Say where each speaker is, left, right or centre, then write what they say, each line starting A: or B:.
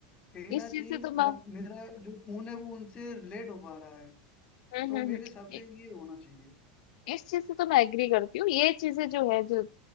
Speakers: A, on the left; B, on the left.
A: कहीं
B: इस
A: ना
B: चीज
A: कहीं
B: से तो मैं
A: लग मेरा जो खून है वो उनसे रिलेट हो पा रहा है
B: हम्म
A: तो
B: हम्म
A: मेरे
B: हम्म।
A: हिसाब से ये होना चाहिए
B: इस चीज से तो मैं एग्री करती हूँ ये चीजें जो है जो